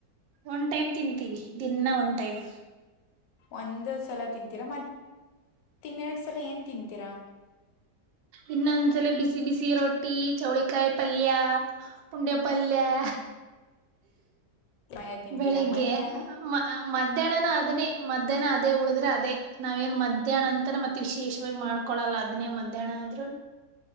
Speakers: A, on the right (about 85°); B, on the left (about 75°).
A: ಒಂದ ಟೈಮ್ ತಿಂತೀವಿ. ದಿನ್ನ ಒನ್ ಟೈಮ್.
B: ಒಂದು ಸಲ ತಿಂತೀರಾ ಮತ್ತೆ ಇನ್ನೆರಡು ಸಲ ಏನ್ ತಿಂತೀರಾ.
A: ಇನ್ನೊಂದಸಲ ಬಿಸಿ ಬಿಸಿ ರೊಟ್ಟಿ ಚೌಳಿಕಾಯಿ ಪಲ್ಯ. ಪುಂಡ್ಯ ಪಲ್ಯ್.
B: ಮಯ ತಿಂತೀರಾ
A: ಬೆಳಿಗ್ಗೆ
B: ಮಧ್ಯಾಹ್ನ
A: ಮಧ್ಯಾಹ್ನನ ಅದನೇ ಮಧ್ಯಾಹ್ನ ಅದೇ ಉಳಿದ್ರೆ ಅದೇ. ನಾವೇಏನ್ ಮಧ್ಯಾಹ್ನ ಅಂತಾನ ಮತ್ತೆ ವಿಶೇಷವಾಗಿ ಮಾಡ್ಕೊಳಲ್ಲ ಅದ್ನೇ ಮಧ್ಯಾಹ್ನ ಆದ್ರು.